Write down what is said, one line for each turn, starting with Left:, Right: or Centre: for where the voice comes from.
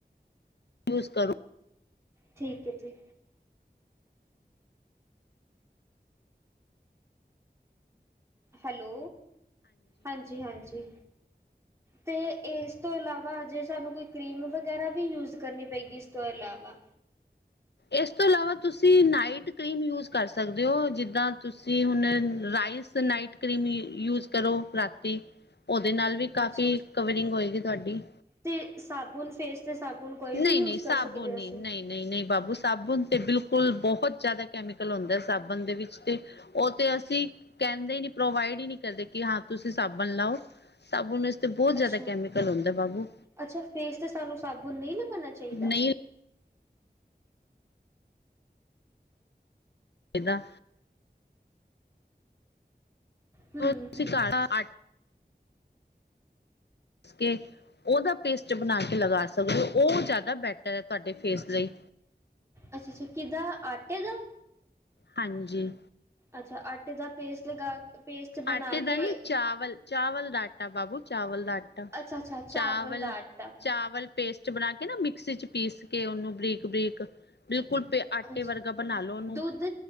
Left: ਯੂਜ ਕਰੋ।
Right: ਠੀਕ ਹੈ, ਜੀ। ਹੈਲੋ ਹਾਂਜੀ- ਹਾਂਜੀ। ਤੇ ਇਸ ਤੋਂ ਇਲਾਵਾ ਹਜੇ ਸਾਨੂੰ ਕੋਈ ਕਰੀਮ ਵਗੈਰਾ ਵੀ ਯੂਜ ਕਰਨੀ ਪਏਗੀ ਇਸ ਤੋਂ ਇਲਾਵਾ?
Left: ਇਸ ਤੋਂ ਇਲਾਵਾ ਤੁਸੀਂ ਨਾਈਟ ਕਰੀਮ ਯੂਜ ਕਰ ਸਕਦੇ ਹੋ ਜਿੱਦਾਂ ਤੁਸੀਂ ਹੁਣ ਰਾਈਸ ਨਾਈਟ ਕਰੀਮ ਯ ਯੂਜ ਕਰੋ ਰਾਤੀ ਉਹਦੇ ਨਾਲ ਵੀ ਕਾਫੀ
Right: ਅੱਛਾ ਅੱਛਾ
Left: ਕਵਰਿੰਗ ਹੋਏਗੀ ਤੁਹਾਡੀ।
Right: ਤੇ ਸਾਬੁਨ ਫੇਸ ਦੇ ਸਾਬੁਨ ਕੋਈ
Left: ਨਹੀਂ
Right: ਵੀ ਯੂਜ
Left: ਨਹੀਂ ਸਾਬੁਣ
Right: ਕਰ ਸਕਦੇ
Left: ਨਹੀਂ
Right: ਅਸੀਂ?
Left: ਨਹੀਂ ਨਹੀਂ- ਨਹੀਂ ਬਾਬੂ ਸਾਬਣ ਤੇ ਬਿਲਕੁਲ ਬਹੁਤ ਜ਼ਿਆਦਾ ਕੈਮੀਕਲ ਹੁੰਦਾ ਸਾਬਣ ਦੇ ਵਿੱਚ ਤੇ ਉਹ ਤੇ ਅਸੀਂ ਕਹਿੰਦੇ ਹੀ ਨੀ, ਪ੍ਰੋਵਾਈਡ ਹੀ ਨਹੀਂ ਕਰਦੇ ਕਿ ਹਾਂ ਤੁਸੀਂ ਸਾਬਣ ਲਾਓ। ਸਾਬੁਨ ਵਿੱਚ ਤੇ ਬਹੁਤ ਜ਼ਿਆਦਾ
Right: ਅੱਛਾ,
Left: ਕੈਮੀਕਲ ਹੁੰਦਾ ਬਾਬੂ।
Right: ਅੱਛਾ ਫੇਸ ਤੇ ਸਾਨੂੰ ਸਾਬੁਨ ਨਹੀਂ ਲਗਾਉਣਾ ਚਾਹੀਦਾ?
Left: ਨਹੀਂ ਏਦਾਂ।
Right: ਹੂੰ,
Left: ਫ਼ਿਰ ਤੁਸੀਂ
Right: ਹੂੰ
Left: ਘਰ ਆ, ਅੱਠ। ਕੇ ਉਹਦਾ ਪੇਸਟ ਬਣਾਂ ਕੇ ਲਗਾ ਸਕਦੇ ਹੋ, ਉਹ ਜ਼ਿਆਦਾ ਬੈਟਰ ਹੈਂ ਤੁਹਾਡੇ ਫੇਸ ਲਈ।
Right: ਅੱਛਾ- ਅੱਛਾ ਕਿੱਦਾਂ ਆਟੇ ਦਾ।
Left: ਹਾਂਜੀ।
Right: ਅੱਛਾ ਆਟੇ ਦਾ ਪੇਸਟ ਲਗਾ ਪੇਸਟ ਬਣਾ
Left: ਆਟੇ ਦਾ
Right: ਕੇ
Left: ਨੀ ਚਾਵਲ- ਚਾਵਲ ਦਾ ਆਟਾ ਬਾਬੂ ਚਾਵਲ ਦਾ ਆਟਾ
Right: ਅੱਛਾ, ਅੱਛਾ
Left: ਚਾਵਲ-
Right: ਦਾ ਆਟਾ।
Left: ਚਾਵਲ ਪੇਸਟ ਬਣਾਂ ਕੇ ਨਾ ਮਿਕਸੀ ਚ ਪੀਸ ਕੇ ਉਹਨੂੰ ਬਰੀਕ- ਬਰੀਕ ਤ ਬਿਲਕੁਲ ਪ ਆਟੇ
Right: ਅੱਛਾ,
Left: ਵਰਗਾ ਬਣਾ ਲਓ ਉਹਨੂੰ
Right: ਦੁੱਧ